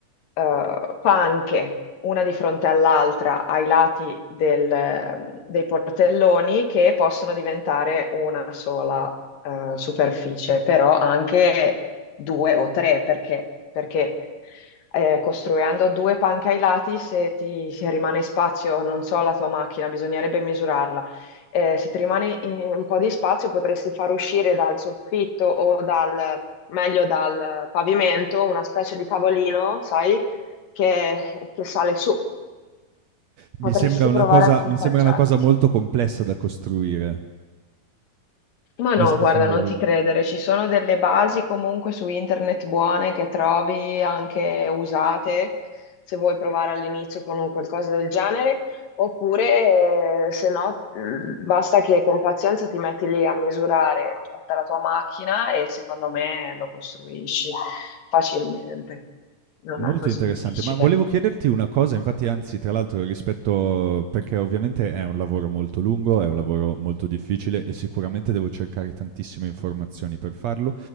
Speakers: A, on the left (about 75°); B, on the right (about 70°).
A: eh, panche, una di fronte all'altra, ai lati del- dei portelloni, che possono diventare una sola eh, superficie, però anche due o tre, perché perché eh, costruendo due panche ai lati, se ti se rimane spazio, non so, la tua macchina, bisognerebbe misurarla. Eh, se ti rimane in- un po' di spazio, potresti far uscire dal soffitto o dal, meglio dal pavimento, una specie di tavolino, sai, che, che sale su.
B: Mi
A: Potresti
B: sembra una
A: provare
B: cosa,
A: a equipaggiarti.
B: mi sembra una cosa molto complessa da costruire.
A: Ma no,
B: Nel senso,
A: guarda, non ti credere, ci sono delle basi comunque su internet buone che trovi anche usate, se vuoi provare all'inizio con un qualcosa del genere, oppure eh, se no, mh, basta che con pazienza ti metti lì a misurare tutta la tua macchina e secondo me lo costruisci facilmente, non
B: Molto
A: è così
B: interessante,
A: difficile.
B: ma volevo chiederti una cosa, infatti anzi tra l'altro rispetto perché ovviamente è un lavoro molto lungo, è un lavoro molto difficile e sicuramente devo cercare tantissime informazioni per farlo,